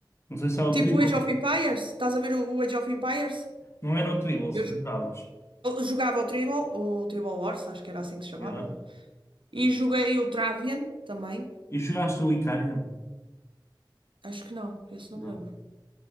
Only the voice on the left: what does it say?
não sei se é o
Tribal.
Não era o Tribal se
que
jogavas.
Yeah.
E jogaste o Icarian?
Não?
é?